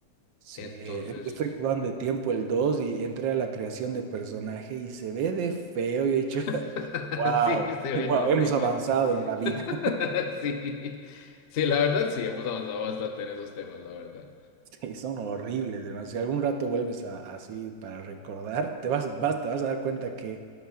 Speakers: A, on the right; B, on the left.
A: Sí,
B: Entonces,
A: estoy jugando de tiempo el 2 y entré a la creación de personaje y se ve de feo. Y he dicho, <laughs>
B: <laughs>
A: wow,
B: sí, se
A: wow,
B: ven horribles.
A: hemos avanzado en la vida.
B: <laughs>
A: <laughs>
B: Sí, sí, la verdad, sí, hemos avanzado bastante en esos temas, la verdad.
A: Sí, son horribles, hermano. Si algún rato vuelves a- así para recordar, te vas, vas, te vas a dar cuenta que,